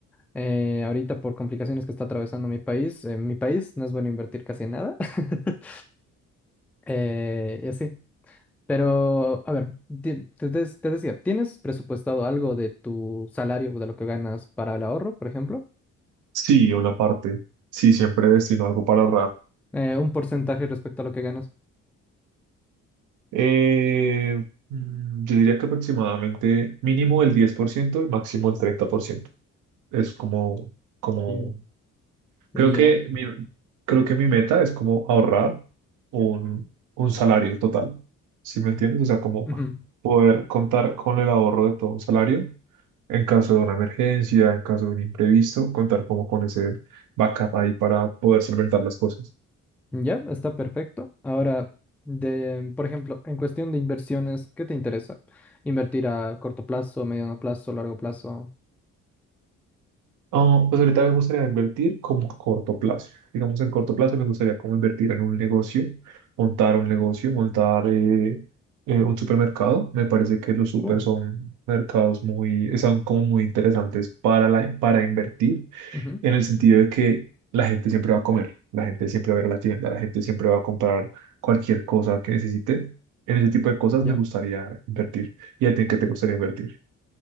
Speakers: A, in the centre; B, on the right.
A: Eh, ahorita por complicaciones que está atravesando mi país, en mi país no es bueno invertir casi nada. <laughs> Eh, y así. Pero, a ver, di- te, des- te decía, ¿tienes presupuestado algo de tu salario, o de lo que ganas para el ahorro, por ejemplo?
B: Sí, una parte. Sí, siempre destino algo para ahorrar.
A: Eh, un porcentaje respecto a lo que ganas.
B: Eh, mm, yo diría que aproximadamente mínimo el 10% y máximo el 30%. es como, como,
A: Mm,
B: creo
A: ya.
B: que mi, creo que mi meta es como ahorrar un, un salario total, ¿sí me entiendes? O sea, como
A: Ujú.
B: poder contar con el ahorro de todo un salario en caso de una emergencia, en caso de un imprevisto, contar como con ese backup ahí para poder solventar las cosas.
A: Ya, está perfecto. Ahora, de, por ejemplo, en cuestión de inversiones, ¿qué te interesa? ¿Invertir a corto plazo, mediano plazo, largo plazo?
B: Ah, pues ahorita me gustaría invertir como a corto plazo. Digamos, en corto plazo me gustaría como invertir en un negocio, montar un negocio, montar eh, eh, un supermercado. Me parece que los super
A: oh
B: son mercados muy, son como muy interesantes para, la, para invertir,
A: ujú,
B: en el sentido de que la gente siempre va a comer, la gente siempre va a ir a la tienda, la gente siempre va a comprar cualquier cosa que necesite. En ese tipo de cosas
A: Ya.
B: me gustaría invertir. ¿Y a ti en qué te gustaría invertir?